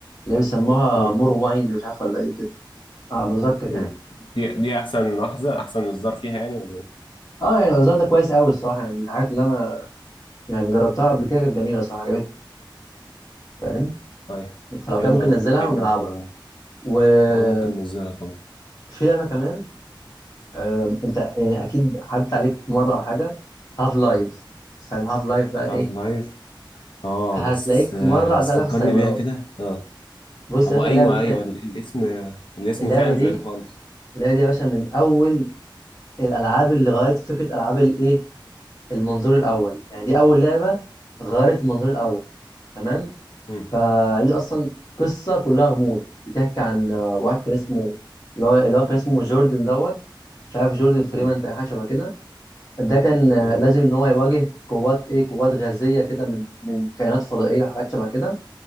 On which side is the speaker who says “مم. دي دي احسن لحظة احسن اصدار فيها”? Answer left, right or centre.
Left